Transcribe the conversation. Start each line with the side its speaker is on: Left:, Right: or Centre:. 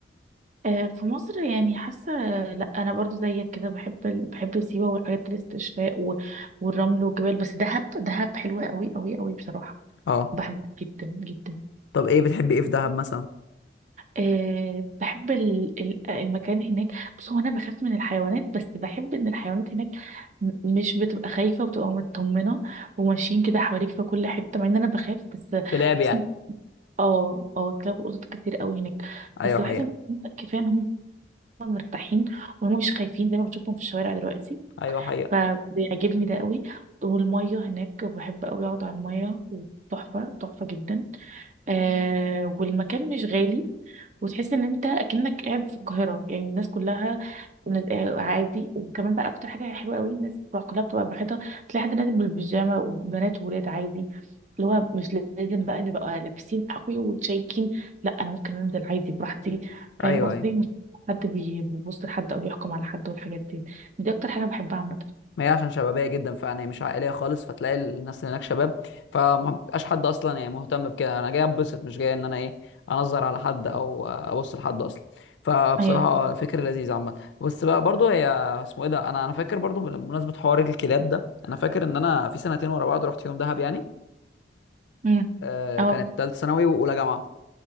Right: آه، في مصر يعني حاسه لا انا برضو زيك كده بحب ال- بحب سيوه والحاجات الاستشفاء و- والرمل والجبال بس دهب دهب حلوه قوي قوي قوي بصراحه
Left: اه
Right: بحبها جدا جدا
Left: طب ايه بتحبي ايه في دهب مثلا
Right: أه بحب ال- ال- المكان هناك بص هو انا بخاف من الحيوانات بس بحب ان الحيوانات هناك م- مش بتبقى خايفه وبتبقى مطمنه وماشيين كده حواليك في كل حته مع ان انا بخاف بس
Left: كلاب
Right: بحس
Left: يعني
Right: إن- اه اه كلاب وقطط كتير قوي هناك
Left: ايوه
Right: بس
Left: حقيقة
Right: بحس ان كفايه ان هم هما مرتاحين وهم مش خايفين زي ما بشوفهم في الشوارع دلوقتي
Left: ايوه حقيقة
Right: فبيعجبني ده قوي والمية هناك بحب قوي اقعد على المية تحفة تحفة جدا آه والمكان مش غالي وتحس ان انت اكنك قاعد في القاهره يعني الناس كلها ناس- آه، عادي وكمان بقى اكتر حاجه حلوه قوي الناس بتبقى كلها بتبقى براحتها تلاقي حد نازل بالبيجامه وبنات وولاد عادي اللي هو مش لازم بقى نبقى لابسين قوي وتشيكين لا انا ممكن انزل عادي براحتي فاهم
Left: ايوه
Right: قصدي
Left: ايوه
Right: مش حد بي- بيبص لحد او بيحكم على حد والحاجات دي دي اكتر حاجه بحبها عامه
Left: ما هي عشان شبابيه جدا فعلا هي مش عائليه خالص فتلاقي الناس اللي هناك شباب فما بقاش حد اصلا يعني مهتم بكده انا جاي اتبسط مش جاي ان انا ايه انظر على حد او ابص لحد اصلا فبصراحه
Right: ايوه
Left: آه، فكر لذيذ عامه بس بقى برضو هي اسمه ايه ده انا انا فاكر برضو بمناسبه حوار الكلاب ده انا فاكر ان انا في سنتين ورا بعض رحت يوم دهب يعني
Right: امم
Left: آه،
Right: اه
Left: كانت ثالث ثانوي واولى جامعه